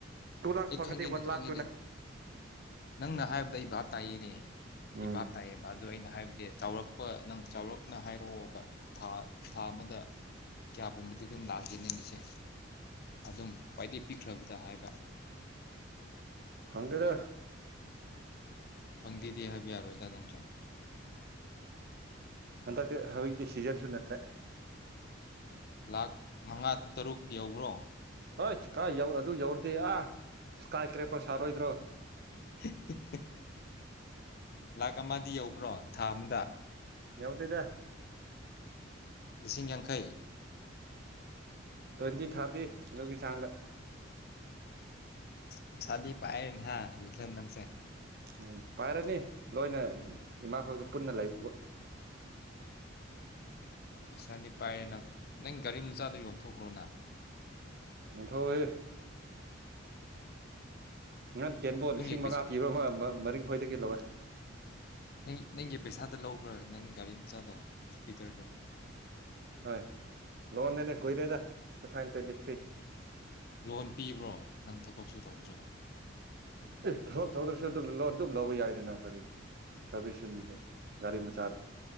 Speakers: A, on the right (about 55°); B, on the left (about 50°).
A: ꯇꯨ ꯂꯥꯛꯁ
B: ꯑꯩ
A: ꯐꯪꯉꯗꯤ
B: ꯈꯪꯉꯦꯅꯦ
A: ꯋꯥꯟ ꯂꯥꯛ
B: ꯈꯪꯉꯦꯅꯦ ꯅꯪꯅ ꯍꯥꯏꯕꯗ ꯑꯩ ꯚꯥꯞ ꯇꯥꯏꯌꯦꯅꯦ ꯑꯩ
A: ꯎꯝ
B: ꯚꯥꯞ ꯇꯥꯏꯌꯦꯕ ꯑꯗꯨꯣ ꯑꯩꯅ ꯍꯥꯏꯕ ꯗꯦ ꯆꯥꯎꯔꯛꯄ ꯅꯪ ꯆꯥꯎꯔꯛꯅ ꯍꯥꯏꯔꯛꯑꯣꯕ ꯊꯥ ꯊꯥ ꯑꯃꯗ ꯀꯌꯥ ꯄꯨꯝꯕꯗꯤ ꯑꯗꯨꯝ ꯂꯥꯛꯒꯦ ꯅꯪꯒꯤꯁꯦ ꯑꯗꯨꯝ ꯈ꯭ꯋꯥꯏꯗꯒꯤ ꯄꯤꯛꯈ꯭ꯔꯕꯗ ꯍꯥꯏꯔꯒ
A: ꯈꯪꯗꯦꯗ
B: ꯈꯪꯗꯦꯗꯤ ꯍꯥꯏꯕ ꯌꯥꯔꯣꯏꯗ ꯅꯪꯁꯨ
A: ꯍꯟꯗꯛꯇꯤ ꯍꯧꯖꯤꯛꯇꯤ ꯁꯤꯖꯟ ꯁꯨ ꯅꯠꯇ꯭ꯔꯦ
B: ꯂꯥꯛ ꯃꯉꯥ ꯇꯔꯨꯛ ꯌꯧꯕ꯭ꯔꯣ
A: ꯍꯣꯏ ꯀ ꯌꯧ ꯑꯗꯨ ꯌꯧꯔꯗꯤ ꯑ ꯁꯀꯥꯏ ꯀ꯭ꯔꯦꯄꯔ ꯁꯔꯣꯏꯣꯏꯗ꯭ꯔꯣ
B: ꯍꯦ ꯍꯦ ꯍꯦ ꯂꯥꯛ ꯑꯃꯗꯤ ꯌꯧꯕ꯭ꯔꯣ ꯊꯥ ꯑꯃꯗ
A: ꯌꯥꯎꯗꯦꯗ
B: ꯂꯤꯁꯤꯡ ꯌꯥꯡꯈꯩ
A: ꯇ꯭ꯋꯦꯟꯇꯤ ꯊꯥꯔꯇꯤ ꯑꯗꯨꯒꯤ ꯆꯥꯡꯗ
B: ꯄꯩꯁꯥꯗꯤ ꯄꯥꯏꯔꯦ ꯅꯦ ꯍꯥ ꯂꯤꯈꯜ ꯅꯪꯁꯦ
A: ꯎꯝ ꯄꯥꯏꯔꯅꯤ ꯂꯣꯏꯅ ꯏꯃꯥꯈꯣꯏꯒ ꯄꯨꯟꯅ ꯂꯩꯕꯕꯨ
B: ꯄꯩꯁꯥꯗꯤ ꯄꯥꯏꯔꯦ ꯅꯪ ꯅꯪ ꯒꯥꯔꯤ ꯃꯆꯥꯗ ꯌꯣꯟꯊꯣꯛꯈ꯭ꯔꯣꯅ
A: ꯐꯖꯥ ꯊꯧꯍꯦ ꯅꯟ ꯇꯦꯟꯕꯣꯜ
B: ꯅꯪꯒꯤ
A: ꯂꯤꯁꯤꯡ ꯃꯉꯥ
B: ꯄꯩꯁꯥ
A: ꯄꯤꯕ ꯑꯃ ꯃꯔꯤ ꯈ꯭ꯣꯏꯏꯗꯒꯤ ꯂꯧꯋꯦ
B: ꯅꯪ ꯅꯪꯒꯤ ꯄꯩꯁꯥꯗ ꯂꯧꯕ꯭ꯔꯥ ꯅꯪ ꯒꯥꯔꯤ ꯃꯆꯥꯗꯣ ꯆꯨꯄꯤꯗꯔꯗꯣ
A: ꯍꯣꯏ ꯂꯣꯟꯅꯦꯅ ꯀꯣꯏꯔꯦꯗ ꯇꯨ ꯊꯥꯎꯖꯟ ꯇ꯭ꯋꯦꯟꯇꯤ ꯊ꯭ꯔꯤ
B: ꯂꯣꯟ ꯄꯤꯕ꯭ꯔꯣ ꯅꯪ ꯊꯕꯛꯁꯨ ꯇꯧꯗ꯭ꯔꯕ
A: ꯑꯦ ꯊꯕꯛ ꯊꯧꯗ꯭ꯔꯁꯨ ꯑꯗꯨ ꯂꯣꯟ ꯑꯗꯨꯝ ꯂꯧꯕ ꯌꯥꯏꯗꯅ ꯀꯔꯤ ꯁꯥꯔꯚꯤꯁꯁꯨꯅꯤꯗꯦ ꯒꯥꯔꯤ ꯃꯆꯥ